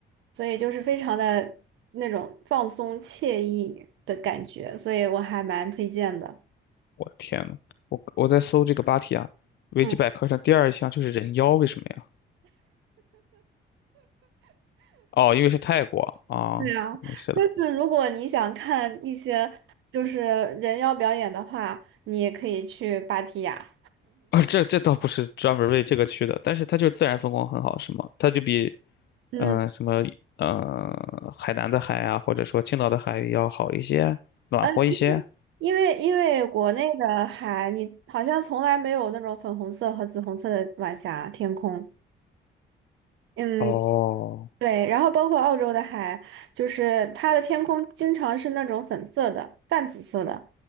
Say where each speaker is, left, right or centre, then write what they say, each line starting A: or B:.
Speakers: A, on the right; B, on the left.
A: 所以就是非常的那种放松惬意的感觉，所以我还蛮推荐的。
B: 我的天呐，我我在搜这个芭提雅，维基百科上第二项就是人妖，
A: 嗯，
B: 为什么呀？哦，因为是泰国啊，
A: 对啊，
B: 没事的。
A: 就是如果你想看一些就是人妖表演的话，你也可以去芭提雅。
B: 啊，这这倒不是专门为这个去的，但是它就自然风光很好，是吗？它就比
A: 嗯，
B: 嗯、呃什么呃海南的海啊，或者说青岛的海要好一些，暖和一些。
A: 呃，因为因为因为国内的海，你好像从来没有那种粉红色和紫红色的晚霞天空。嗯，
B: 哦，
A: 对，然后包括澳洲的海，就是它的天空经常是那种粉色的、淡紫色的，